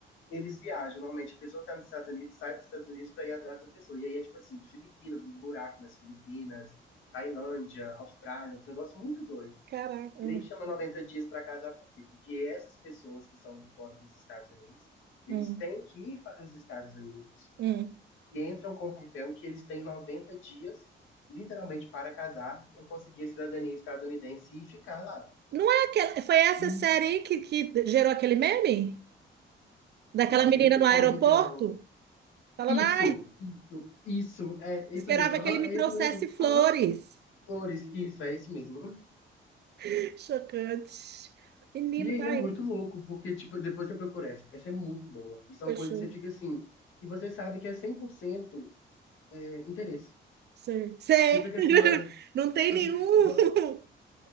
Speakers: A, on the left; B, on the right.
A: eles viajam, normalmente a pessoa que tá nos Estados Unidos sai dos Estados Unidos para ir atrás dessa pessoa. E aí é tipo assim, Filipinas, um buraco nas Filipinas, Tailândia, Austrália, um negócio muito doido.
B: Caraca.
A: E
B: Hum,
A: aí chama 90 dias para casar por quê? Porque essas pessoas que são de fora dos Estados Unidos, eles
B: hum,
A: têm que ir para os Estados Unidos
B: hum.
A: e entram com o papel que eles têm 90 dias, literalmente, para casar, para conseguir a cidadania estadunidense e ficar lá.
B: Não é aquela. Foi essa
A: E,
B: série aí que, que gerou aquele meme? Daquela
A: nossa,
B: menina
A: não sei
B: no
A: qual
B: aeroporto?
A: meme que é, não.
B: Falando,
A: Isso,
B: ai,
A: isso, isso, é
B: esperava
A: isso mesmo, aham,
B: que ele me
A: é
B: trouxesse
A: isso mesmo,
B: flores.
A: aham, flores, isso, é isso mesmo.
B: <laughs> Chocante. Menino,
A: E aí
B: tá
A: é muito louco, porque, tipo, depois você procura essa, essa é muito boa. E são
B: Fechou.
A: coisas que você fica assim, e você sabe que é 100% é, interesse.
B: Sei. Sei.
A: Você fica
B: <laughs>
A: assim, mano,
B: Não
A: tipo
B: tem nenhum,
A: assim, igual,
B: <laughs>